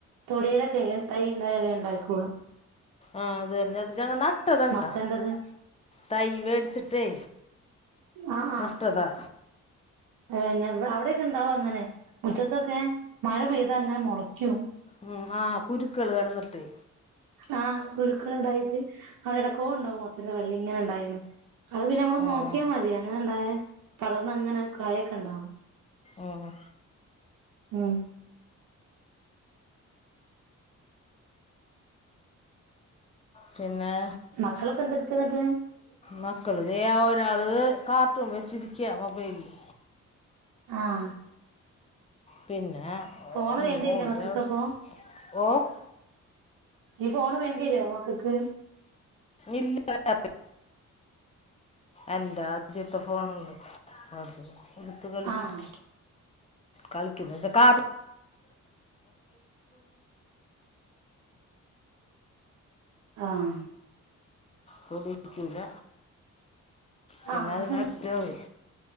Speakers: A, on the right; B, on the left.
A: തൊടയില ക തൈണ്ടായ വേം ഉണ്ടായിക്കോളും
B: ആഹ് അതന്നെ അത് ഞങ്ങ നട്ടതാണ്
A: മത്തന്റത്
B: ട്ടാ തൈ വേടിച്ചിട്ടേ
A: ആ ഹാ
B: നട്ടതാ
A: ഏഹ് അവിടെയൊക്കെ ഉണ്ടാവും അങ്ങനെ മുറ്റത്തൊക്കെ മഴ പെയ്താ അങ്ങനെ മുളക്കും
B: ഉ ആ കുരുക്കൾ കിടന്നിട്ടെ
A: ആഹ് കുരുക്കൾണ്ടായിട്ട് അവിടെ ടക്കോ ണ്ടാവും മത്തന്റെ വള്ളി ഇങ്ങനെ ഉണ്ടായിന്ന് അത് പിന്നെ നമ്മള്
B: ഉം
A: നോക്കിയാൽ മതിയ അങ്ങനെ ഉണ്ടായേ പടർന്ന അങ്ങനെ കായക്കെ ഉണ്ടാവും
B: ആ ഹാ
A: ഉം
B: പിന്നേ?
A: മക്കളൊക്കെ എന്തെടുക്കെന്ന്ട്ട്?
B: മക്കള് ദേ ഒരാള് കാർട്ടൂൺ വെച്ചിരിക്ക മൊബൈലില്
A: ആഹ്
B: പിന്നെ
A: ഫോണ്
B: എന്റെ
A: വേണ്ടിവരില്ലേ
B: മോള്
A: മക്കൾക്ക്
B: ദേ അവ്ട്ണ്ട്
A: അപ്പൊ ഈ ഫോണ് വേണ്ടിയരോ മക്കക്ക്?
B: ഇല്ല <unintelligible> എന്റെ ആദ്യത്തെ ഫോണുണ്ട് അത് ഇടുത്ത് കളിക്കും
A: ആഹ്
B: കളിക്കുന്ന് വെച്ച കാർ
A: ആഹ്
B: തൊടിക്കൂല പിന്നെ
A: ആഹ്
B: അതിന് അറ്റാവേ?